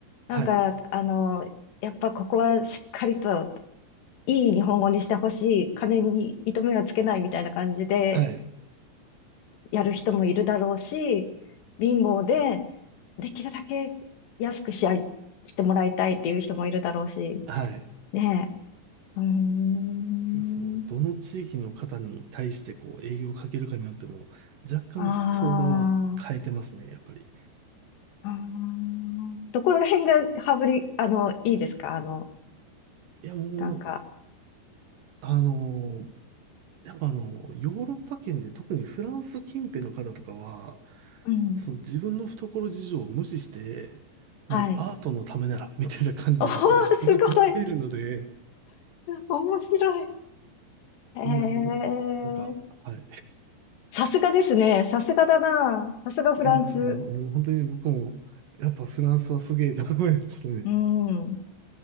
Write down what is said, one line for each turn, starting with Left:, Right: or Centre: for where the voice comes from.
Left: なんかあの、
Right: はい。
Left: やっぱここはしっかりといい日本語にしてほしい、金に糸目はつけないみたいな感じで
Right: はい。
Left: やる人もいるだろうし、貧乏でできるだけ安く仕上げしてもらいたいっていう人もいるだろうし、
Right: はい。
Left: ねえ。うーん。
Right: けど、その、どの地域の方に対してこう営業をかけるかによっても、若干相場は変えてますね、
Left: ああ。
Right: やっぱり。
Left: あーどこら辺が羽振り、あの、いいですかあの、
Right: いや、もう、
Left: なんか。
Right: あのーやっぱあの、ヨーロッパ圏で特にフランス近辺の方とかは、
Left: うん。
Right: その自分の懐事情を無視して、もうアートのためなら、
Left: はい。
Right: みたいな感じの人がすごくいっぱいいるので、
Left: おー、すごい。面白い。えー、
Right: なんであの、なんか、はい。い
Left: さすがですね。さすがだな。さすがフランス。
Right: やー、もう本当に僕も、やっぱフランスはすげえと思いましたね。
Left: うん。う